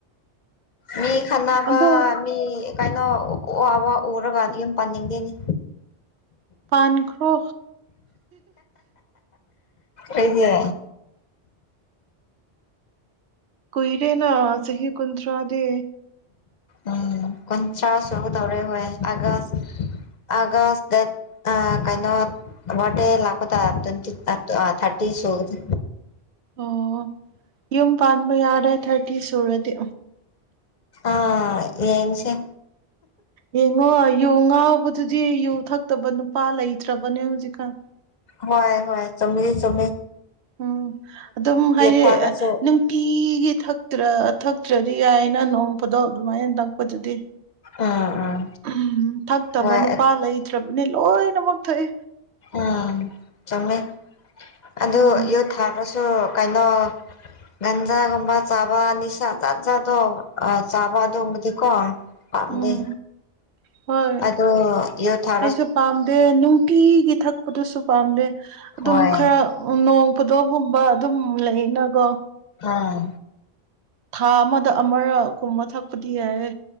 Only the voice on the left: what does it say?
ꯃꯤ ꯈꯅꯥ ꯄ
ꯃꯤ ꯀꯥꯏꯅ ꯑ ꯋꯥ ꯎꯔꯒ ꯌ ꯄꯥꯅꯤꯡꯗꯦꯅꯤ
ꯑꯩꯒꯤ
ꯎꯝ ꯀꯟ ꯆꯁꯨ ꯇꯧꯔꯦ ꯍ ꯑꯒꯁ ꯒ ꯗ ꯀꯅꯣꯦ ꯂꯥꯛ ꯇꯋ ꯊꯔꯤ ꯁꯣꯗ
ꯑꯥ ꯌꯦꯡꯁꯤꯦ
ꯍꯣꯏ ꯍꯣꯏ ꯆꯅꯤ ꯆ
ꯊꯛꯑꯁꯨ
ꯎꯝ ꯎꯝ
ꯍꯣꯏ
ꯎꯝ ꯆꯃꯦ ꯑꯗꯣ
ꯌꯨ ꯊꯛꯔ ꯁꯣ ꯀꯥꯏꯅ ꯒꯟꯖꯒꯝꯕ ꯆꯥꯕꯅꯤꯁꯥꯖꯥꯠꯖꯥ ꯗꯣ ꯑ ꯆꯥꯕ ꯑꯗꯨꯝꯕꯗꯤꯀꯣ ꯄꯝꯗꯦ
ꯑꯗꯣ ꯌꯨ ꯊꯥ
ꯍꯣꯏ
ꯑꯥ